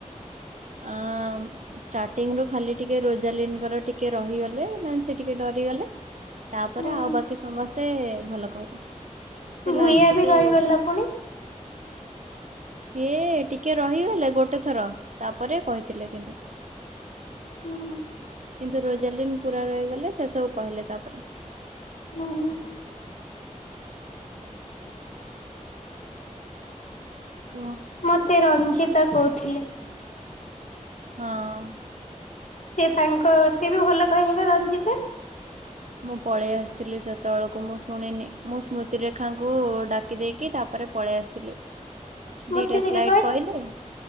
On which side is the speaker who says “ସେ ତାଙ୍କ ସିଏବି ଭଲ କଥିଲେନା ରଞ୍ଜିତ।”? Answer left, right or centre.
Left